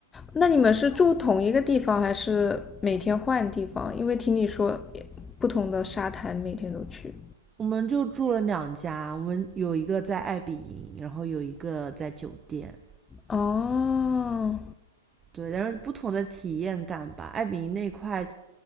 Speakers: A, on the left; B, on the right.
A: 那你们是住同一个地方，还是每天换地方？因为听你说不同的沙滩每天都去。
B: 我们就住了两家，我们有一个在爱比营，然后有一个在酒店。
A: 哦，
B: 对，但是不同的体验感吧。艾比那块